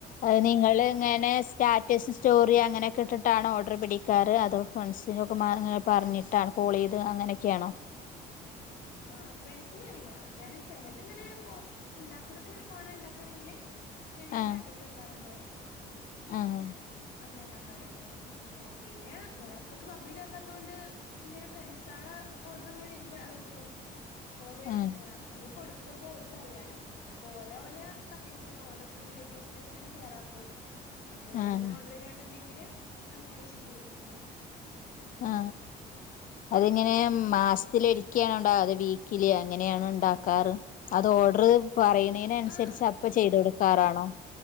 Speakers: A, on the left (about 50°); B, on the left (about 70°).
A: അത് നിങ്ങളിങ്ങനെ സ്റ്റാറ്റസ് സ്റ്റോറി അങ്ങനൊക്കെ ഇട്ടിട്ടാണോ ഡ്രബിഡിക്കാർ ഫ്രണ്ട്സിന്റെ ഒക്കെങ്ങന പറഞ്ഞിട്ടാണ് കോൾ ചെയ്ത് അങ്ങനെയൊക്കെയാണോ
B: ആ ഫ്രണ്ട്സിനറിയാ ഞാന് ചിലത്ങ്ങനെ പോസ്റ്റർ ഉണ്ടാക്കണത് ഇങ്ങനെ പോണ ഉണ്ടാക്കണെങ്കിൽ ഞങ്ങള് സ്റ്റാറ്റസ്
A: ആഹ്
B: വെക്കാറുണ്ട്
A: ആഹ്
B: അങ്ങനെ നാക്കാറുണ്ട് ആ പിന്നെ ഞാനത്രക്ക് പബ്ലിക് ആക്കത്തോണ്ട് ഇൻ്റൊരു ഫ്രെണ്ട്സ് ആളെ ഓർഡർ ഇങ്ങനെ വരുമ്പോഴാണ് ഇട് കും ഓരോ ചി
A: ആഹ്
B: നമ്മള് കൊടുക്കുമ്പോ ഓലക്കറിയാലോ അപ്പൊ ഓലെ ഓല കസിൻസിനോ ഓല റിലേ റ്റീവ്സ് നൊക്കെ ങ്ങനെ ഷെയർ ആക്കും അപ്പൊൽ
A: ആഹ്
B: ഇങ്ങനെ ഓർഡർ ചെയ്യണെന്നുണ്ടെങ്കില് അങ്ങനെ അത് ചെയ്ത് കൊടുക്കും അങ്ങനെ
A: ആ അതിങ്ങനെ മാസത്തിലൊ ക്യാ ഉണ്ടാ അതാ വീക്കില അങ്ങനെയാണ് ഉണ്ടാക്കാറ് അത് ഓർഡറ് പറയുന്നതിന് അനുസരിച്ച്
B: ആ
A: അപ്പ ചെയ്ത് കൊടുക്കാറാണോ